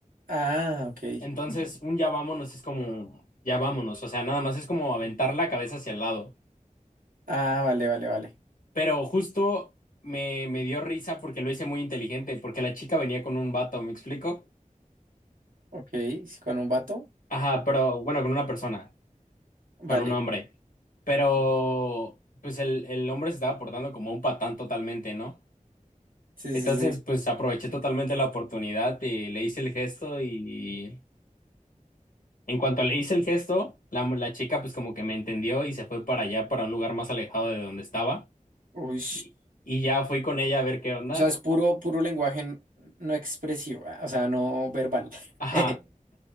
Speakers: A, on the right; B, on the left.
A: Ah, ok.
B: Entonces un ya vámonos es como ya vámonos. O sea, nada más es como aventar la cabeza hacia el lado.
A: Ah, vale, vale, vale.
B: Pero justo me, me dio risa porque lo hice muy inteligente, porque la chica venía con un vato, ¿me explico?
A: Ok, sí, con un vato,
B: Ajá, pero bueno, con una persona,
A: vale.
B: con un hombre. Pero pues el, el hombre se estaba portando como un patán totalmente, ¿no?
A: Sí,
B: Entonces,
A: sí, sí.
B: pues aproveché totalmente la oportunidad y le hice el gesto y en cuanto le hice el gesto, la, la chica pues como que me entendió y se fue para allá, para un lugar más alejado de donde estaba.
A: Uy.
B: Y, y ya fui con ella a ver qué onda.
A: O sea, es puro, puro lenguaje n- no expresivo, ah, o sea, no verbal.
B: Ajá.
A: <laughs>